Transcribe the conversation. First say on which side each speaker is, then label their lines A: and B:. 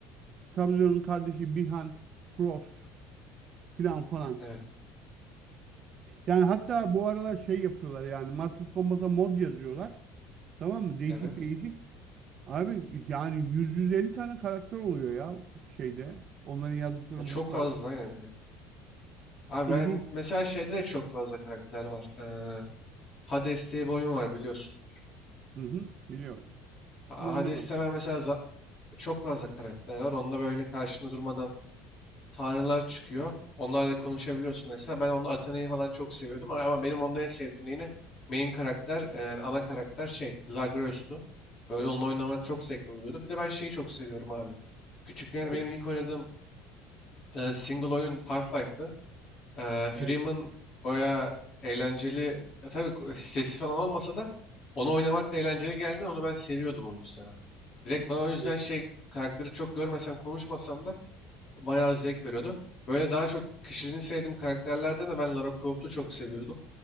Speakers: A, on the right; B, on the left.
A: Sub-Zero'nun kardeşi Bihan Frost filan falan.
B: Evet.
A: Yani hatta bu aralar şey yapıyorlar yani Mortal Kombat'a mod yazıyorlar. Tamam mı? Değişik
B: Evet.
A: değişik. Abi yani 100-150 tane karakter oluyor ya şeyde. Onların yazdıkları
B: Ya çok
A: modlar.
B: fazla yani. Abi
A: İlginç.
B: ben mesela şeyde de çok fazla karakter var. Ee, Hades diye bir oyun var biliyorsundur.
A: Hı hı, biliyorum.
B: Ha-
A: Ama oynamadım.
B: Hades'te ben mesela za- çok fazla karakter var. Onda böyle karşında durmadan tanrılar çıkıyor. Onlarla konuşabiliyorsun mesela. Ben onda Athena'yı falan çok seviyordum. Ama ama benim onda en sevdiğim yine main karakter, e, yani ana karakter şey Zagreus'tu. Böyle onunla oynamak çok zevkli oluyordu. Bir de ben şeyi çok seviyorum abi. Küçükken
A: Evet,
B: benim ilk oynadığım Ee, single oyun Half-Life'dı. Ee, Freeman
A: evet,
B: baya eğlenceli. Ya tabii ku- e, sesi falan olmasa da onu oynamak da eğlenceli geldi. Onu ben seviyordum o yüzden. abi. Direkt bana o yüzden
A: evet.
B: şey karakteri çok görmesem konuşmasam da bayağı zevk veriyordu. Böyle daha çok kişiliğini sevdiğim karakterlerden de ben Lara Croft'u çok seviyordum.